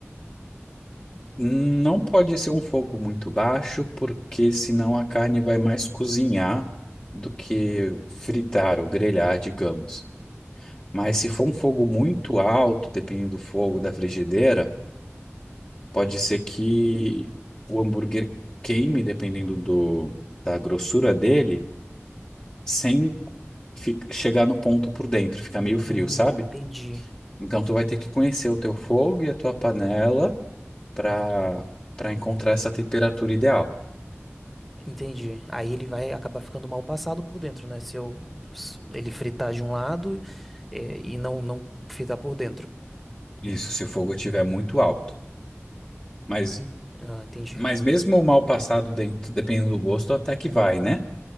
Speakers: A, on the left (about 25°); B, in the centre.
A: Não pode ser um fogo muito baixo, porque senão a carne vai mais cozinhar do que fritar ou grelhar, digamos. Mas se for um fogo
B: Hum.
A: muito alto, dependendo do fogo da frigideira, pode ser que o hambúrguer queime, dependendo do, da grossura dele, sem fi- chegar no ponto por dentro, ficar meio frio,
B: Hum,
A: sabe?
B: entendi.
A: Então tu vai ter que conhecer o teu fogo e a tua panela para para encontrar essa temperatura ideal.
B: Entendi. Aí ele vai acabar ficando mal passado por dentro, né? Se eu se ele fritar de um lado, é, e não não fritar por dentro.
A: Isso, se o fogo estiver muito alto. Mas,
B: En- Ah, entendi.
A: mas mesmo o mal passado, dentro, dependendo do gosto, até que vai, né?